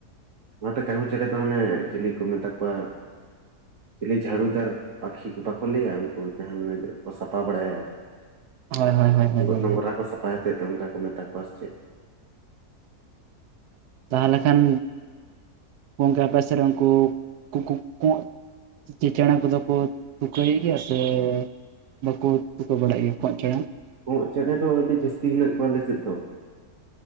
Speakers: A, on the right; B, on the right.
A: ᱱᱚᱛᱮ ᱠᱟᱺᱦᱩ ᱪᱮᱸᱬᱮᱸ ᱫᱚ ᱦᱟᱱᱮ ᱪᱤᱞᱤ ᱠᱚ ᱢᱮᱛᱟ ᱠᱚᱣᱟ? ᱪᱤᱞᱤ ᱡᱷᱟᱹᱲᱩᱫᱟᱨ ᱯᱟᱹᱠᱷᱤ ᱠᱚ ᱵᱟᱠᱚ ᱞᱟᱹᱭᱟ ᱩᱱᱠᱩ ᱡᱟᱦᱟᱸ ᱢᱟᱱᱮ ᱠᱚ ᱥᱟᱯᱷᱟ ᱵᱟᱲᱟᱭᱟ᱾
B: ᱦᱳᱭ ᱦᱳᱭ ᱦᱳᱭ ᱦᱳᱭ
A: ᱱᱚᱝᱨᱟ ᱠᱚ ᱥᱟᱯᱷᱟᱭ ᱦᱚᱛᱮᱫ ᱛᱮ ᱚᱱᱠᱟ ᱠᱚ ᱢᱮᱛᱟ ᱠᱚᱣᱟ ᱥᱮ ᱪᱮᱫ
B: ᱛᱟᱦᱮᱞᱮ ᱠᱷᱟᱱ ᱜᱚᱝᱠᱮ ᱟᱯᱮ ᱥᱮᱫ ᱨᱮ ᱩᱱᱠᱩ ᱠᱩᱠᱩᱠᱩ ᱪᱮ ᱪᱮᱸᱬᱮ ᱠᱚᱫᱚ ᱠᱚ ᱛᱩᱠᱟᱹᱭ ᱜᱮᱭᱟ ᱥᱮ ᱵᱟᱠᱚ ᱛᱩᱠᱟᱹ ᱵᱟᱲᱟᱭ ᱜᱮᱭᱟ ᱠᱚᱸᱜ ᱪᱮᱸᱬᱮ ᱾
A: ᱠᱚᱸᱜ ᱪᱮᱬᱮ ᱫᱚ ᱟᱹᱰᱤ ᱡᱟᱹᱥᱛᱤ ᱦᱮᱱᱟᱜ ᱠᱚᱣᱟ ᱟᱞᱮ ᱥᱮᱫ ᱫᱚ᱾